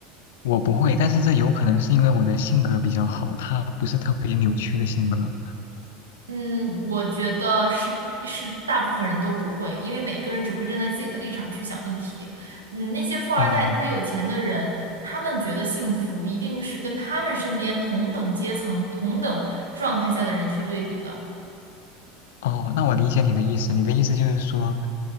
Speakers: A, on the left (about 65°); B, on the right (about 85°).
A: 我不会，但是这有可能是因为我的性格比较好，他不是特别扭曲的性格。
B: 嗯，我觉得是是大部分人都不会，因为每一个人只会站在自己的立场去想问题。嗯，那些富二代特别有钱的人，
A: 哦
B: 他们觉得幸福一定是跟他们身边同等阶层、同等状态下的人去对比的。
A: 哦，那我理解你的意思。你的意思就是说，